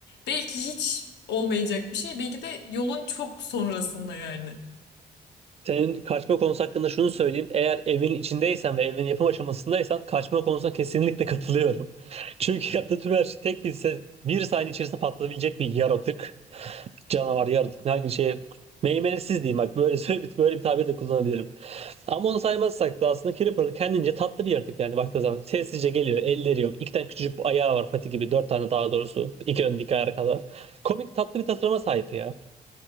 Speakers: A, on the left (about 80°); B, on the right (about 35°).
A: belki hiç olmayacak bir şey. Belki de yolun çok sonrasında yani.
B: Senin kaçma konusu hakkında şunu söyleyeyim. Eğer evin içindeysen ve evin yapım aşamasındaysan kaçma konusuna kesinlikle katılıyorum. <laughs> Çünkü yaptığı tüm her şey tek bir, se- bir saniye içerisinde patlayabilecek bir yaratık. canavar, yaratık hangi şey meymenetsiz diyeyim bak böyle <laughs> böyle bir, böyle bir tabir de kullanabilirim. Ama onu saymazsak da aslında Creeper kendince tatlı bir yaratık yani baktığı zaman. Sessizce geliyor, elleri yok. İki tane küçücük bir ayağı var pati gibi. Dört tane daha doğrusu. İki ön iki ayağa kadar. Komik tatlı bir tasarıma sahip ya.